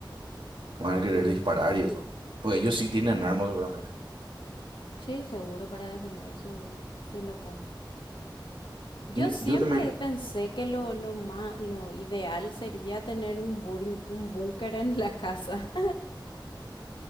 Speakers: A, on the right (about 80°); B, on the left (about 80°).
A: Van a querer disparar y eso. Pues ellos sí tienen
B: Mm,
A: armas seguramente.
B: Sí, seguro para defender su su local. Yo
A: Un-
B: siempre
A: yo también,
B: pensé que lo, lo ma- lo ideal sería tener un bur- un búnker en la casa.